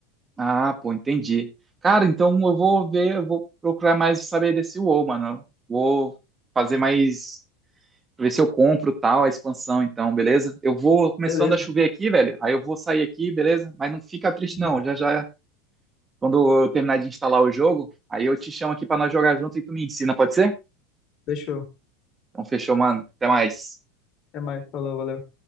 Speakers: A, on the right; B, on the left.
A: Ah, pô, entendi. Cara, então eu vou ver, eu vou procurar mais saber desse WoW, mano. Vou fazer mais, ver se eu compro tal a expansão, então, beleza? Eu vou começando
B: Beleza.
A: a chover aqui, velho. Aí eu vou sair aqui, beleza? Mas não fica triste
B: Uhum.
A: não. Já já quando eu terminar de instalar o jogo, aí eu te chamo aqui pra nós jogar junto e tu me ensina, pode ser?
B: Fechou.
A: Então fechou, mano. Até mais.
B: Até mais. Falou, valeu.